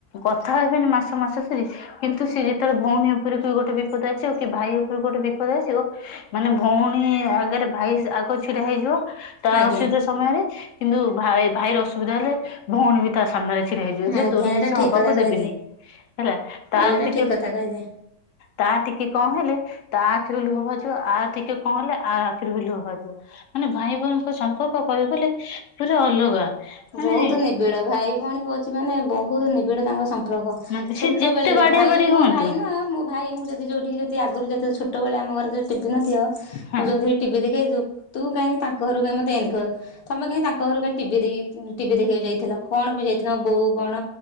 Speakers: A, on the left; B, on the left.
A: କଥା ହେବନି ମାସ ମାସ ସାରି କିନ୍ତୁ ସେ ଯେତେବେଳେ ଭଉଣୀ ଉପରକୁ ଗୋଟେ ବିପଦ ଆସିବ କି ଭାଇ ଉପରେ ଗୋଟେ ବିପଦ ଆସିବ ମାନେ ଭଉଣୀ ଆଗରେ ଭାଇ ଆଗ ଛିଡ଼ା ହେଇଯିବ ତା
B: ଆଜ୍ଞା
A: ଅସୁବିଧା ସମୟରେ କିନ୍ତୁ ଭାଇ ଭାଇର ଅସୁବିଧା ହେଲେ ଭଉଣୀବି ତାସାମ୍ନାରେ ଛିଡ଼ା ହେଇଯିବ ଯେ
B: ଆଜ୍ଞା
A: ତୋର
B: ଏଇଟା
A: କିଛି
B: ଠିକ
A: ହବାକୁ
B: କଥା କହିଲେ
A: ଦେବିନି ହେଲା। ତାର
B: ଏଇଟା
A: ଟିକେ
B: ଠିକ କଥା କହିଲେ।
A: ତାର ଟିକେ କଁ ହେଲେ ତା ଆଖିରୁ ଲୁହ ଭାରିଜିବ ଆର୍ ଟିକେ କଁ ହେଲେ ଆର ଆଖିରୁବି ଲୁହ ଭାରିଜିବ। ମାନେ ଭାଇ ଭଉଣୀଙ୍କ ସମ୍ପର୍କ କହିବାକୁ ଗଲେ ପୁରା ଅଲଗା। ମାନେ
B: ବହୁତ୍ ନିବିଡ଼ ଭାଇ ଭଉଣୀ କହୁଚି ମାନେ ବହୁତ୍ ନିବିଡ଼ ତାଙ୍କ ସମ୍ ପ୍ରକ
A: ମାନେ
B: ଛୋଟ
A: ସିଏ ଯେତେ
B: ବେଳେବି
A: ବାଡିଆ
B: ଭାଇ
A: ବାଡି
B: ମୋ
A: ହୁଅନ୍ତୁ
B: ଭାଇ ନୁହଁ ମୋ ଭାଇ ମୁଁ ଯଦି ଯୋଉଠି ଯଦି ଆଗରୁ ଯେ ଛୋଟବେଳେ ଆମ ଘରେ ଯୋଉ ଟିଭି ନଥିବ
A: ହଁ
B: ମୁଁ ଯଉ ଭି ଟିଭି ଦେଖି ଆସିବୁ ତୁ କାହିଁକି ତାଙ୍କ ଘରକୁ କାଇଁ ମତେ ଏମିତି କହିବ ତମେ କାହିଁ ତାଙ୍କ ଘର କୁ ଟିଭି ଦେଖି ଟିଭି ଦେଖିବାକୁ ଯାଇଥିଲ କଣ ପାଇଁ ଯାଇଥିଲ ବୋଉ କଣ